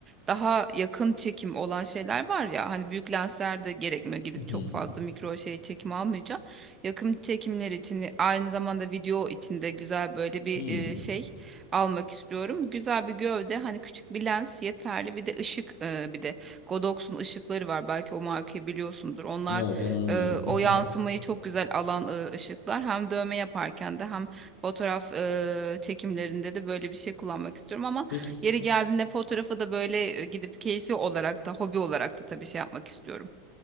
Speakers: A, on the right (about 25°); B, on the left (about 70°).
A: daha yakın çekim olan şeyler var ya hani büyük lensler de gerekmiyor gidip
B: Hı hı.
A: çok fazla mikro şey çekim almayacağım. Yakın çekimler için aynı zamanda video için de güzel böyle bir
B: hmm.
A: e, şey almak istiyorum. Güzel bir gövde hani küçük bir lens yeterli bir de ışık e, bir de. Godox'un ışıkları var. Belki o markayı biliyorsundur. Onlar
B: Yok onu bilmiyorum.
A: e, o
B: Mhm.
A: yansımayı çok güzel alan e, ışıklar. Hem dövme yaparken de hem fotoğraf e, çekimlerinde de böyle bir şey kullanmak istiyorum ama
B: Peki,
A: yeri geldiğinde fotoğrafı da böyle e, gidip keyfi olarak da hobi olarak da tabii şey yapmak istiyorum.